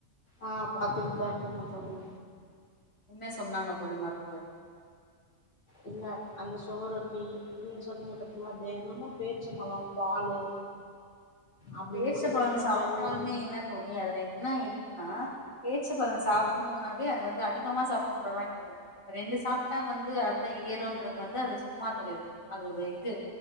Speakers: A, on the left; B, on the left.
A: ஆ பாத்துட்டுதா‌ இருக்கங்க தோழி
B: என்ன சொன்னாங்க தோழி மருத்துவர்
A: இல்ல அந்த சொவரொட்டி நீங் சொன்னீங்க பாத்தீங்ளா தெனமு பேர்ச்சம்பழோ பாலு அப்டி
B: பேர்ச்சபழோ
A: முடியலன்னா
B: சாப்ட்டாலுமே
A: வெல்லம்
B: என்ன தோழி அதுல என்ன இருக்குன்னா பேர்ச்சபழோ சாப்புணுன்னாவே
A: ம்
B: அது வந்து அதிக கமா சாப்புன்ற மாரி இருக்கு தோழி ரெண்டு சாப்ட்டா வந்து ரத்த ஏறுன்றது வந்து அது சும்மா தோழி அது ஒரு இது